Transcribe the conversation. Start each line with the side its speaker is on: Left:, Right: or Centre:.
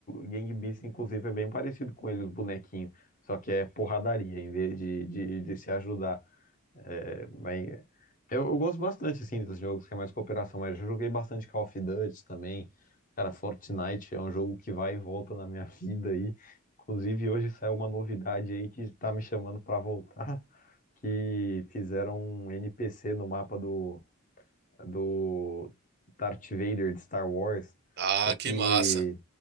Left: Gang Beasts, inclusive, é bem parecido com ele, os bonequinhos. Só que é porradaria em vez de, de, de se ajudar. É, mas eu, eu gosto bastante, assim, dos jogos que é mais cooperação. Mas eu joguei bastante Call of Duty também. Cara, Fortnite é um jogo que vai e volta na minha <laughs> vida aí. Inclusive, hoje saiu uma novidade aí que tá me chamando pra voltar. que fizeram um NPC no mapa do, do Darth Vader de Star Wars,
Right: Ah,
Left: só que
Right: que massa.